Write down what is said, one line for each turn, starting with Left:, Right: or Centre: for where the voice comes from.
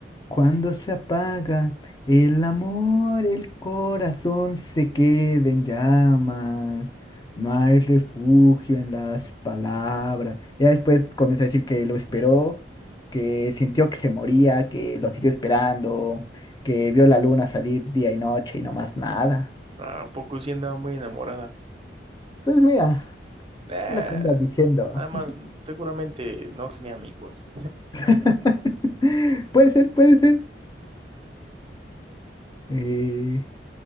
Left: cuando se apaga el amor, el corazón se queda en llamas, no hay refugio en las palabras. Ya después comienza a decir que lo esperó, que sintió que se moría, que lo siguió esperando, que vio la luna salir día y noche y no más nada.
Right: Ah, ¿a poco sí andaba muy enamorada.
Left: Pues mira,
Right: Nah,
Left: lo que andas diciendo.
Right: nada más, seguramente no tenía amigos.
Left: <laughs> Puede ser, puede ser. Eh,